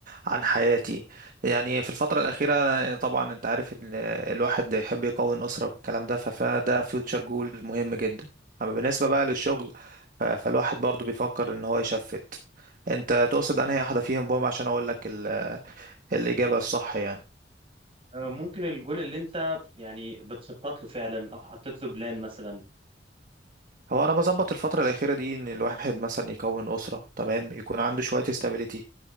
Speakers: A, on the right; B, on the right.
A: عن حياتي يعني في الفترة الأخيرة طبعا انت عارف ان الواحد يحب يكون أسرة والكلام ده ف- فده فيوتشر جول مهم جدا أما بالنسبة بقى للشغل ف- فالواحد برضو بيفكر ان هو يشفت انت تقصد انهي واحدة فيهم بوم عشان اقول لك ال- الإجابة الصح يعني
B: آه، ممكن الجول اللي أنت يعني بتخطط له فعلا أو حطيت له بلان مثلا
A: هو انا بظبط الفتره الاخيره دي ان الواحد مثلا يكون اسره تمام يكون عنده شويه استابيليتي